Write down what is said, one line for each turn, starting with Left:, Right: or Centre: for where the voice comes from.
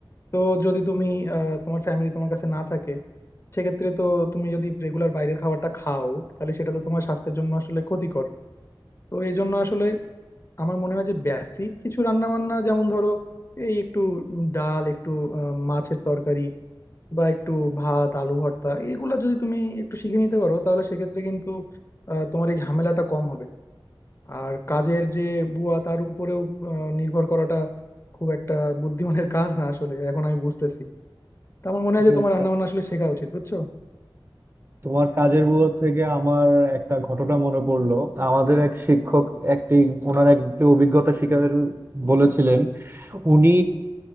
Left: তো যদি তুমি আহ, তোমার ফ্যামিলি তোমার কাছে না থাকে সেক্ষেত্রে তো তুমি যদি রেগুলার বাইরের খাবারটা খাও তাহলে সেটা তো তোমার স্বাস্থ্যের জন্য আসলে ক্ষতিকর তো এই জন্য আসলে আমার মনে হয় যে বেসিক কিছু রান্না বান্না যেমন ধরো এই একটু ডাল একটু আহ, মাছের তরকারি বা একটু ভাত আলু ভর্তা এগুলা যদি তুমি একটু শিখে নিতে পারো তাহলে সেক্ষেত্রে কিন্তু আহ, তোমার এই ঝামেলাটা কম হবে আর কাজের যে বুয়া তার উপরেও আহ, নির্ভর করাটা খুব একটা বুদ্ধিমানের কাজ না আসলে এখন আমি বুঝতেছি তো আমার মনে হয়
Right: যে
Left: যে তোমার রান্না
Right: কা-
Left: বান্না আসলে শেখা উচিত বুঝছো
Right: তোমার কাজের বুয়া থেকে আমার একটা ঘটনা মনে পড়লো আমাদের এক শিক্ষক একটি ওনার একটি অভিজ্ঞতা শিকার বলেছিলেন উনি